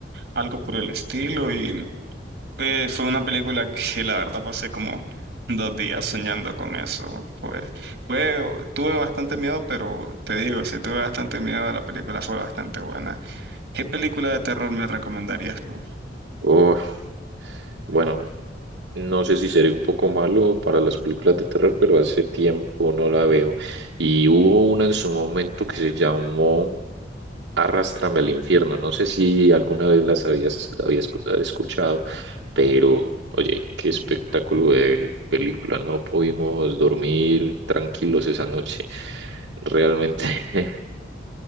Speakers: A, on the right; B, on the right.
A: algo por el estilo, y eh, fue una película que la verdad pasé como dos días soñando con eso. Pues, fue, tuve bastante miedo, pero te digo, si tuve bastante miedo, la película fue bastante buena. ¿Qué película de terror me recomendarías tú?
B: Uf, bueno, no sé si sería un poco malo para las películas de terror, pero hace tiempo no la veo. Y hubo una en su momento que se llamó Arrástrame al infierno. No sé si alguna vez las habías, la habías escu- escuchado, pero oye, qué espectáculo de película. No pudimos dormir tranquilos esa noche. Realmente <laughs>